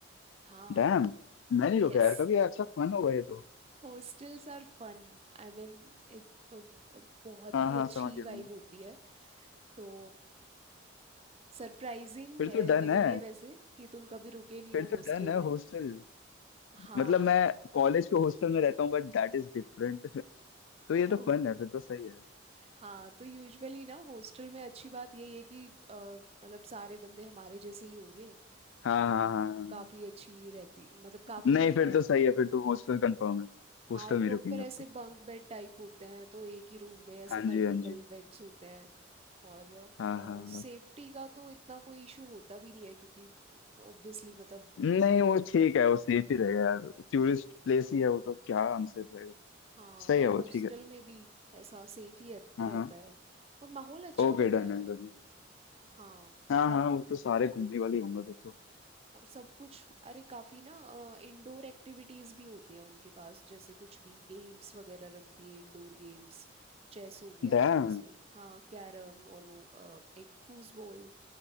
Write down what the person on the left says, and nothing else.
डैम मैं
नहीं रुका यार कभी अच्छा फन होगा ये तो
हाँ
हाँ
समझ गया
मैं
फिर
तो
डन है
फिर
तो
डन है
हॉस्टल
मतलब मैं कॉलेज के हॉस्टल में रहता हूँ बट दैट इज डिफरेंट <laughs> तो
ये तो
फन है फिर तो सही है
हाँ हाँ
हाँ हाँ।
नहीं
फिर तो सही है फिर तो हॉस्टल कंफर्म है हॉस्टल
में रुकेंगे
अब तो
हाँ
जी हाँ जी
हाँ हाँ
हाँ।
नहीं
वो ठीक है वो सेफ ही रहेगा यार टूरिस्ट प्लेस ही है वो तो क्या आंसर रहेगा
सही
है वो
ठीक है
हाँ
हाँ
ओके
डन
है डन
हाँ हाँ वो तो सारे घूमने वाले ही होंगे फिर तो
डैम